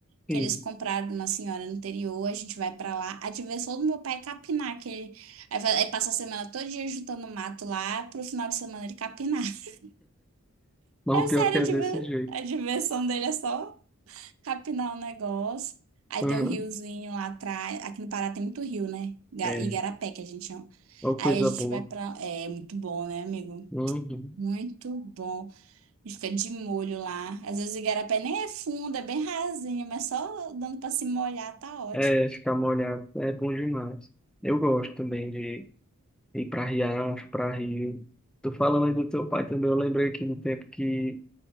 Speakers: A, in the centre; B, on the right (about 70°).
A: Sim.
B: Que eles compraram de uma senhora no interior. A gente vai pra lá. A diversão do meu pai é capinar, que ele, aí, fa- aí passa a semana todo dia juntando mato lá, pro final de semana ele capinar. <laughs>
A: Mas
B: É
A: o pior
B: sério,
A: é que é
B: a diver-
A: desse jeito.
B: a diversão dele é só capinar um negócio. Aí
A: Uhum.
B: tem um riozinho lá atrás. Aqui no Pará tem muito rio, né? Ga-
A: É,
B: Igarapé,
A: é
B: que a gente chama.
A: uma
B: Aí
A: coisa
B: a gente
A: boa.
B: vai pra. É muito bom, né, amigo?
A: Uhum.
B: Muito bom. A gente fica de molho lá. Às vezes o Igarapé nem é fundo, é bem rasinho, mas só dando pra se molhar tá ótimo.
A: É, ficar molhado é bom demais. Eu gosto também de ir para riacho, para rio. Tô falando aí do teu pai também. Eu lembrei aqui do tempo que,